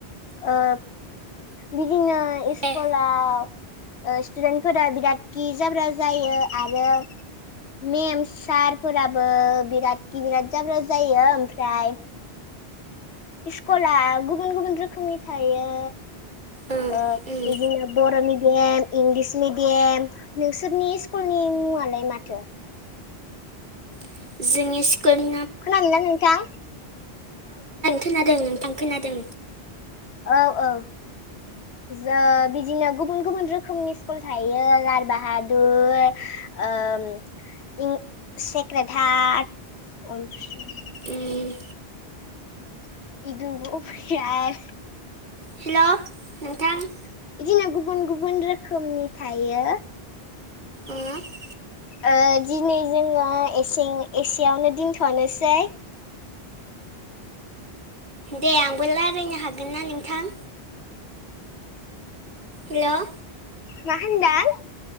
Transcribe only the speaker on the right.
ए
ओं
उम
<inaudible> औ खोनादों
खोनादों नोंथां खोनादों
उम
हेल' नोंथां
उम
दे आंबो रायजायनो हागोन ना नोंथां हेल'